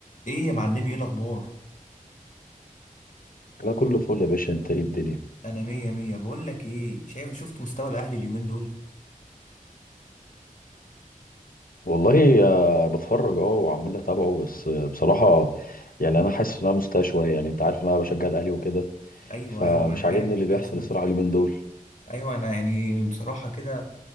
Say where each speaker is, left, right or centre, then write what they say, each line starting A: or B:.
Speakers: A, on the left; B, on the left.
A: ايه يا معلمي ايه الاخبار
B: لا كله فل يا باشا انت ايه الدنيا
A: انا مية مية بقول لك ايه شايف شفت مستوى الاهلي اليومين دول
B: والله آه، بتفرج اه وعمال اتابعه بس آه، بصراحة يعني انا حاسس ان انا مستاء شوية يعني انت عارف ان انا بشجع الاهلي وكده
A: ايوه
B: فمش
A: ايوه انا
B: عاجبني
A: عارف عشان
B: اللي بيحصل
A: كده سألتك
B: الصراحة اليومين دول
A: ايوه انا يعني بصراحة كده